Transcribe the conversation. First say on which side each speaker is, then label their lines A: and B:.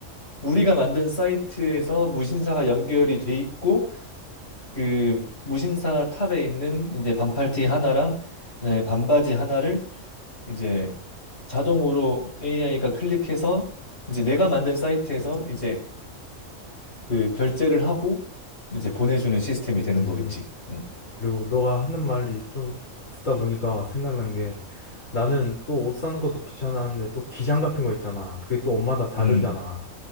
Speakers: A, on the left; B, on the left.
A: 우리가 만든 사이트에서 무신사가 연결이 돼 있고 그 무신사 탑에 있는 이제 반팔티 하나랑 네, 반바지 하나를 이제 자동으로 AI가 클릭해서 이제 내가 만든 사이트에서 이제 그 결제를 하고 이제 보내주는 시스템이
B: 음,
A: 되는 거겠지. 음,
B: 그리고 너가 하는 말이 좀 듣다 보니까 생각난 게 나는 또 옷 사는 것도 귀찮아하는데 또 기장 같은 거 있잖아. 그게 또 옷마다 다르잖아.
A: 음,